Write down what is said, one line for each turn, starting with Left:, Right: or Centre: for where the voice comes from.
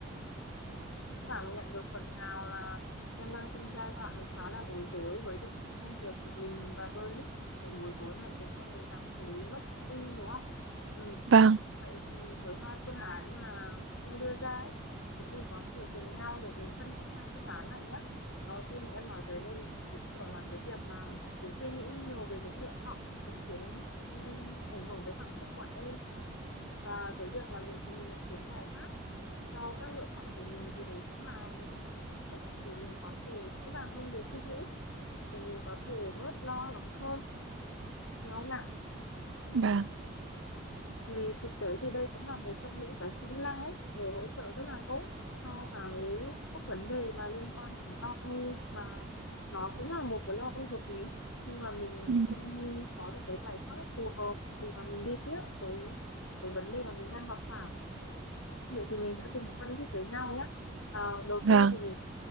Left: cũng cảm nhận được phần nào là em đang trong giai đoạn khá là bối rối với định hướng công việc của mình và đôi lúc cái bối rối này khiến cho mình cảm thấy mất tin đúng không? Ừ.
Right: vâng
Left: Vậy thì với hai phương án mà em đưa ra ấy, chúng mình có thể cùng nhau để mình phân tích hai phương án này nhé. Ờ, khi mà em nói tới đây thì chị cũng hiểu là cái việc mà cứ suy nghĩ nhiều về những lựa chọn cũng khiến em ảnh hưởng tới cảm xúc của em. Và cái việc mà mình tìm kiếm giải pháp cho các lựa chọn của mình thì đấy cũng là một cách để mình có thể rõ ràng hơn về suy nghĩ, để mình có thể bớt lo lắng hơn. Ừ. Đúng không nào? Ừ
Right: vâng
Left: thì thực tế thì đây cũng là một trong những cái kỹ năng ấy về hỗ trợ rất là tốt cho cái các vấn đề mà liên quan đến lo âu mà nó cũng là một cái lo âu hợp lý nhưng mà mình
Right: Ừ.
Left: không có được cái giải pháp phù hợp để mà mình đi tiếp với với vấn đề mà mình đang gặp phải vậy thì mình sẽ cùng phân tích với nhau nhé à, đầu
Right: vâng
Left: tiên thì mình sẽ